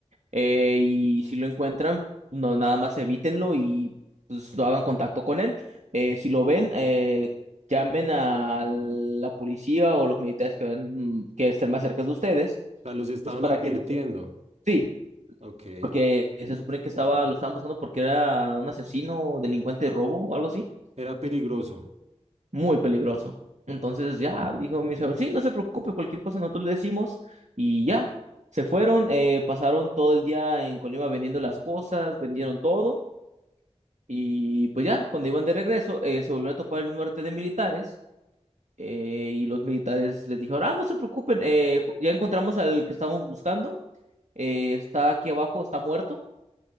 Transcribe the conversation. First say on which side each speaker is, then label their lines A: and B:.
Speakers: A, on the right; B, on the right.
A: eh, y si lo encuentran, no, nada más evítenlo y pues no hagan contacto con él. Eh, si lo ven, eh, llamen a la policía o los militares que, ven, mm, que estén más cerca de ustedes,
B: sea, los estaban
A: pues para
B: advirtiendo.
A: que no se... Sí
B: Ok.
A: porque se supone que estaba, lo estaban buscando porque era un asesino, delincuente de robo o algo así,
B: Era peligroso.
A: muy peligroso. Entonces ya dijo mi señor, sí, no se preocupe, cualquier cosa nosotros le decimos y ya. Se fueron, eh, pasaron todo el día en Colima vendiendo las cosas, vendieron todo y pues ya, cuando iban de regreso, eh, se volvieron a topar el mismo arte de militares eh, y los militares les dijeron, ah, no se preocupen, eh, ju- ya encontramos al que estábamos buscando, eh, está aquí abajo, está muerto